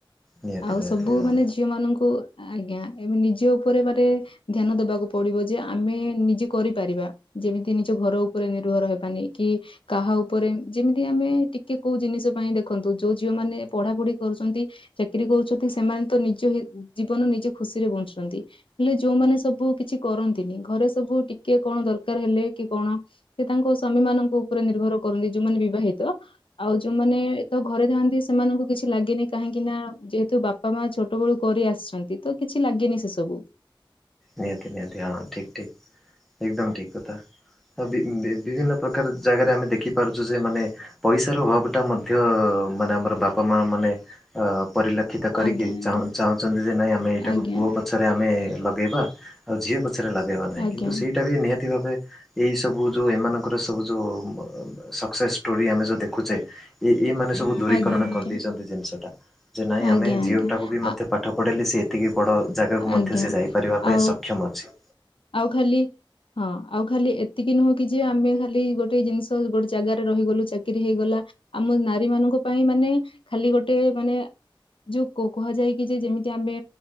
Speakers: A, in the centre; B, on the left.
A: ନିହାତି
B: ଆଉ
A: ନିହାତି
B: ସବୁ
A: ହଁ
B: ମାନେ ଝିଅ ମାନଙ୍କୁ ଆଜ୍ଞା ଏବେ ନିଜ ଉପରେ ମାନେ ଧ୍ୟାନ ଦବାକୁ ପଡିବ ଯେ ଆମେ ନିଜେ କରିପାରିବା। ଯେମିତି ନିଜ ଘର ଉପରେ ନିର୍ଭର ହେବାନି କି କାହା ଉପରେ ଯେମିତି ଆମେ ଟିକେ କୋଉଁ ଜିନିଷ ପାଇଁ ଦେଖନ୍ତୁ। ଯୋଉଁ ଝିଅ ମାନେ ପଢ଼ା ପଢ଼ି କରୁଛନ୍ତି ଚାକିରୀ କରୁ ଛନ୍ତି। ସେମାନେ ତ ନିଜ ଜୀବନ ନିଜ ଖୁସି ରେ ବଞ୍ଚୁଛନ୍ତି। ହେଲେ ଯୋଉଁମାନେ ସବୁ କିଛି କରନ୍ତିନି। ଘରେ ସବୁ ଟିକେ କଣ ଦରକାର ହେଲେ କି କଣ ସେ ତାଙ୍କ ସ୍ଵାମୀ ମାନଙ୍କ ଉପରେ ନିର୍ଭର କରନ୍ତି ଯୋଉଁ ବିବାହିତ ଆଉ ଯୋଉଁମାନେ ତ ଘରେ ଥାନ୍ତି ସେମାନଙ୍କୁ କିଛି ଲାଗେନି କାହିଁକି ନା ଯେତ କିନ୍ତୁ ବାପା ମା ଛୋଟବେଳୁ କରି ଆସିଛନ୍ତି ତ କିଛି ଲାଗେନି ସେସବୁ
A: ନିହାତି ନିହାତି ହଁ ଠିକ ଠିକ ଏକଦମ ଠିକ କଥା। ବିଭିନ୍ନ ପ୍ରକାର ଜାଗାରେ ଆମେ ଦେଖିପାରୁଛୁ ଯେ ମାନେ ପଇସାର ଅଭାବ ଟା ମଧ୍ୟ ମାନେ ଆମର ବାପା ମା ମାନେ ଅ ପରିଲକ୍ଷିତ କରିକି
B: ଆଜ୍ଞା ଆଜ୍ଞା
A: ଚା ଚାହୁଁଛନ୍ତି। ଯେ ନାଇଁ ଆମେ ଏଇଟାକୁ
B: ଆଜ୍ଞା
A: ପୁଅ ପଛରେ ଆମେ ଇବା ଆଉ ଝିଅ ପଛରେ ଲଗେଇବା ନାହିଁ
B: ଆଜ୍ଞା
A: କିନ୍ତୁ ସେଇଟା ବି ନିହା ଭା ଏଇ ସବୁ ଯୋଉଁ ଏମାନଙ୍କର ସବୁ ଯୋଉଁ ସକ୍ସେସ୍ ଷ୍ଟୋରି ଆମେ ଯୋଉଁ ଦେଖୁଛେ ଏଇ ମାନେ ସବୁ ଦୂରୀକରଣ
B: ଆଜ୍ଞା ଆଜ୍ଞା
A: କରିଦେଇଛନ୍ତି ଜିନିଷ ଟା ଯେ ନାଇଁ
B: ଆଜ୍ଞା
A: ଆମେ
B: ଆଜ୍ଞା।
A: ଝିଅଟାକୁ ବି
B: ଆ
A: ମଧ୍ୟ ପାଠ ପଢେଇଲେଲି ସେି ଏତିକି ବଡ ଜାଗାକୁ ମଧ୍ୟ
B: ଆଜ୍ଞା
A: ସେ ଯାଇପାରିବା ପାଇଁ
B: ଆଉ
A: ସକ୍ଷମ ଅଛି।
B: ଆଉ ଖାଲି ହଁ ଆଉ ଖାଲି ଏତିକି ନୁହଁ କି ଯେ ଆମେ ଖାଲି ଗୋଟେ ଜିନିଷ ଗୋଟେ ଜାଗାରେ ରହିଗଲୁ ଚାକିରି ହେଇଗଲା ଆମ ନାରୀ ମାନଙ୍କ ପାଇଁ ମାନେ ଖାଲି ଗୋଟେ ମାନେ ଯୋଉ କୁକୁହାଯାଇକି ଯେ ଯେମିତି ଆମେ